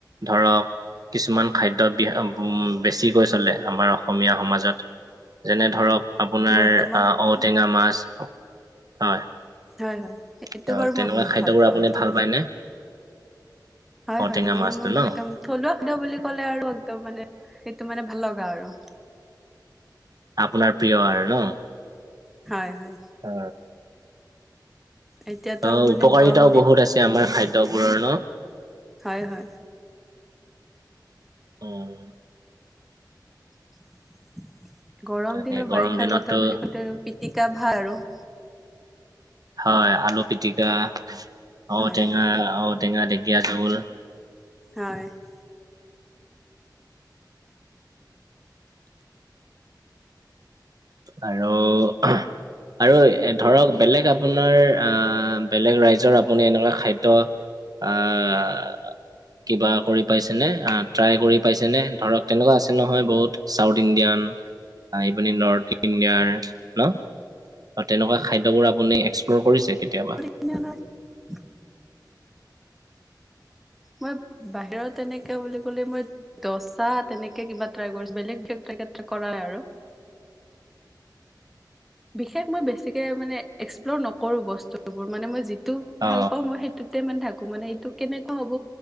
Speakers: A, on the right (about 55°); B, in the centre.
A: ধৰক। কিছুমান খাদ্য বেছিকৈ চলে আমাৰ অসমীয়া সমাজত। যেনে ধৰক আপোনাৰ
B: বৰ্তমানতো
A: আ ঔটেঙা মাছ হয়।
B: হয় হয় এইটো
A: ত
B: বাৰু
A: তেনেকুৱা
B: মই বহুত
A: খাদ্যবোৰ
B: ভাল পাওঁ
A: আপুনি
B: এইটো।
A: ভাল পায়নে
B: হয়
A: ঔটেঙা
B: হয় এইবোৰ
A: মাছটো
B: মোৰ মানে
A: ন
B: একদম থলুৱা খাদ্য বুলি ক'লে আৰু একদম মানে সেইটো মানে ভাল লগা আৰু।
A: আপোনাৰ প্ৰিয় আৰু ন।
B: হয় হয়
A: অ।
B: এতিয়াতো
A: অহ
B: আৰু
A: উপকাৰিতাও
B: মানে গৰম
A: বহুত আছে আমাৰ খাদ্যবোৰৰ ন।
B: হয়-হয়। <inaudible>
A: অঁ! <inaudible>
B: <inaudible> গৰম
A: তাকে
B: দিনৰ
A: গৰম
B: বাৰিষাৰ
A: দিনততো
B: বতৰ বুলি কওঁতে আৰু <unintelligible> পিটিকা ভাত আৰু <inaudible>
A: হয়। আলু পিটিকা,
B: হয়
A: ঔটেঙা, ঔটেঙা ঢেকীয়া জোল। <inaudible>
B: হয়। <unintelligible>
A: আৰু <unintelligible> আৰু ধৰক বেলেগ আপোনাৰ আহ বেলেগ ৰাইজৰ আপুনি এনেকুৱা খাদ্য <unintelligible> আহ <unintelligible> কিবা কৰি পাইছেনে ট্ৰাই কৰি পাইছেনে ধৰক তেনেকুৱা আছে নহয় বহুত চাউথ ইণ্ডিয়ান <inaudible> আহি পিনি নৰ্থ <inaudible> ইণ্ডিয়াৰ হেল্লৌ তেনেকুৱা খাদ্যবোৰ আপুনি এক্সপ্ল'ৰ কৰিছে কেতিয়াবা? <unintelligible>
B: <inaudible> মই বাহিৰত তেনেকে বুলি ক'লে মই <unintelligible> দচা তেনেকে কিবা ট্ৰাই কৰিছোঁ বেলেগ <unintelligible> কৰা নাই আৰু। বিশেষ মই বেছিকে মানে এক্সপ্ল'ৰ নকৰো বস্তুবোৰ মানে মই যিটো
A: অ
B: ভাল পাওঁ মই সেইটো <inaudible> <inaudible> মান থাকো মানে এইটো কেনেকুৱা হ'ব?